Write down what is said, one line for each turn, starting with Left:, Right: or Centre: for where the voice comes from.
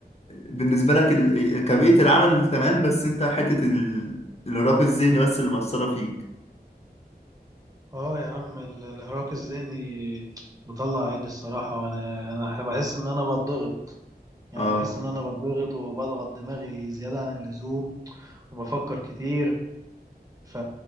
Left: بالنسبة لك ال- كبيئة العمل تمام بس انت حتة ال- الإرهاق الذهني بس اللي مأثرة فيك
Right: اه يا عم ال- الارهاق الذهني مطلع عيني الصراحه وانا انا بحس ان انا بضغط يعني
Left: اه
Right: أنا بحس ان انا بضغط وبضغط دماغي زياده عن اللزوم وبفكر كتير ف